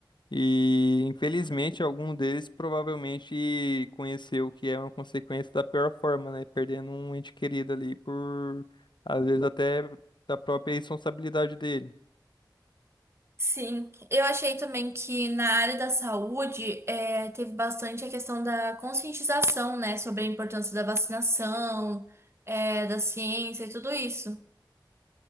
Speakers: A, on the left; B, on the right.
A: e, infelizmente, algum deles provavelmente conheceu o que é uma consequência da pior forma, né? Perdendo um ente querido ali por, às vezes, até da própria responsabilidade dele.
B: Sim, eu achei também que na área da saúde é, teve bastante a questão da conscientização, né, sobre a importância da vacinação, é, da ciência e tudo isso.